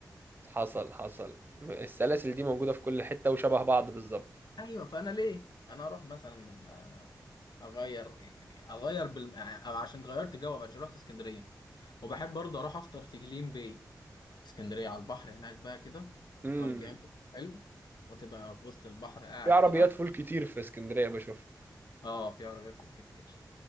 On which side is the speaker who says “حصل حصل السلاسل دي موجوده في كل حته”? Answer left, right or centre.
Right